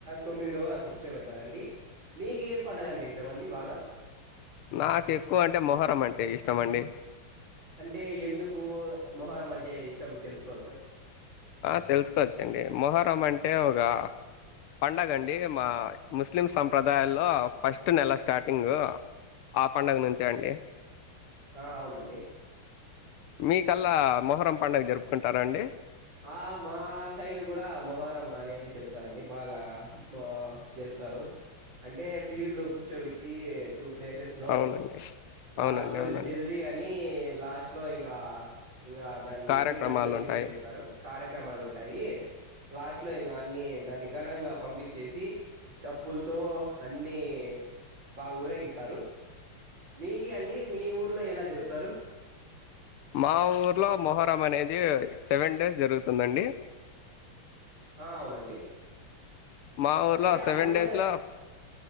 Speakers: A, on the right; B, on the left.
A: తొమ్మిది రోజులు అట్లా కూర్చోబెడతారండి మీకేం పండుగ అంటే ఇష్టం అండి బాగా
B: నాకు ఎక్కువ అంటే మొహరం అంటే ఇష్టమండి
A: అంటే ఎందకూ మొహరం అంటే ఇష్టం తెలుసుకోవచ్చా
B: ఆ తెలుసుకోవచ్చండి మొహరం అంటే ఒగా పండగ అండి మా ముస్లిం సంప్రదాయాల్లో ఫస్ట్ నెల స్టార్టింగ్ ఆ పండగ నుంచే అండి
A: ఆ అవునండి
B: మీకల్లా మొహరం పండుగ జరుపుకుంటారా అండి
A: ఆ మా సైడ్ కూడా మొహరం అనేది జపుతారండి బాగా మ జరుపుతారు అంటే పీరులో కూర్చోబెట్టి టూ ప్లేసెస్ లో
B: అవునండి
A: లాస్ట్
B: అవునండి
A: రోజు
B: అవునండి
A: జల్దీ అని లాస్ట్ ఇట్లో ఇంకా ఇంకా దాన్ని
B: కార్యక్రమాలు
A: పీర్లన్ని ఎత్తి
B: ఉంటాయి
A: పెట్టేస్తారు కార్యక్రమాలు ఉంటాయి లాస్ట్ లో ఇంకా అన్ని దాన్ని ఘనంగా పంపించేసి డప్పులతో అన్ని బాగా ఊరేగిస్తారు మీకి అండి మీ ఊర్లో ఎలా జరుపుతారు
B: మా ఊర్లో మొహరం అనేది సెవెన్ డేస్ జరుగుతుందండి
A: ఆ అవునండి
B: మా ఊర్లో
A: అంటే ఆ
B: సెవెన్
A: పండగ
B: డేస్లో